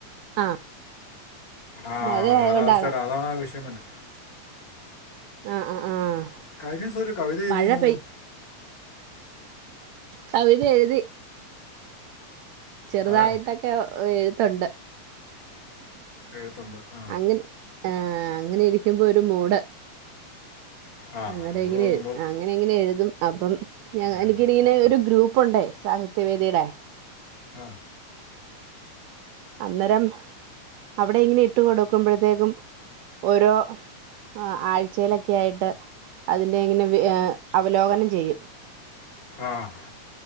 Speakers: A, on the right; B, on the left.
A: ആഹ്
B: ആഹ്
A: മഴയായോണ്ടാണ്
B: കാലാവസ്ഥേടെ അതാണാ വിഷയം വര്ന്
A: ആഹ് ആഹ് ആഹ്
B: കഴിഞ്ഞ ദിവസം ഒരു കവിത എഴുതി
A: മഴ
B: എന്ന് തോന്നുന്നു
A: പെയ് കവിത എഴ്തി ചെറുതായിട്ടൊക്കെ
B: അതെയോ
A: എഴുത്ത്‌ണ്ട്
B: എഴുത്തുണ്ട് ആ
A: അങ്ങനെ ആഹ് അങ്ങനെ ഇരിക്കുമ്പോ ഒരു മൂട്.
B: ആ
A: അന്നേരം
B: മൂട്
A: ഇങ്ങനെ
B: തോന്നുമ്പോൾ
A: എഴ് അങ്ങനെ അങ്ങനെ എഴുതും അപ്പം. ഞ
B: എഴുതും
A: എനിക്ക് ഇങ്ങനെ ഒരു ഗ്രൂപ്പുണ്ടേ സാഹിത്യ വേദീടെ
B: ആഹ്
A: അന്നേരം അവടെ ഇങ്ങനെ ഇട്ട് കൊടുക്കുമ്പഴത്തേക്കും ഓരോ ആ ആഴ്ചയിലൊക്കെ ആയിട്ട് അതിന്റെങ്ങനെ വ് ഏ അവലോകനം ചെയ്യും.
B: ആഹ്